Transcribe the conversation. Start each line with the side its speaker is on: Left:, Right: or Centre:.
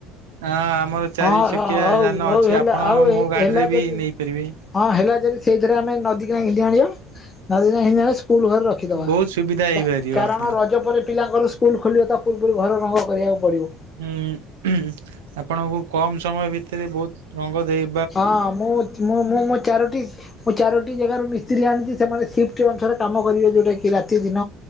Right: ହଁ ଆମର ଚାରି
Left: ହଁ
Right: ଚକିଆ
Left: ହଁ ହଉ
Right: ଯାନ
Left: ହଉ
Right: ଅଛି
Left: ହେଲା
Right: ଆପଣ
Left: ଆଉ
Right: ମୋ ଗାଡିରେ
Left: ହେଲା ଯଦି
Right: ବି ନେଇପାରିବେ।
Left: ହଁ ହେଲା ଯଦି ସେଇଥିରେ ଆମେ ନଦୀ କାନି ଘିତି ଆଣିବା ନଦୀ କିନା ଆଣି ସ୍କୁଲ୍ ଘରେ ରଖି
Right: ବହୁତ
Left: ରଖିଦବା
Right: ସୁବିଧା ହେଇପାରିବ
Left: କାରଣ
Right: ଆପଣଙ୍କୁ।
Left: ରଜ ପରେ ପିଲାଙ୍କର ସ୍କୁଲ୍ ଖୋଲିବ ତା ପୂର୍ବରୁ ଘର ରଙ୍ଗ କରିବାକୁ ପଡ଼ିବ।
Right: ହୁଁ ଆପଣଙ୍କୁ କମ୍ ସମୟ ଭିତରେ ବୋହୁତ୍ ରଙ୍ଗ ଦେଇ
Left: ହଁ ମୁଁ ମୁଁ ମୁଁ ମୋ ଚାରୋଟି ମୁଁ ଚାରୋଟି ଜାଗାରୁ ମିସ୍ତ୍ରୀ ଆଣିଛି ସେମାନେ ସିଫ୍ଟ ଅନୁଶାରେ କାମ କରିବେ ଯୋଉଟା କି ରାତି ଦିନ।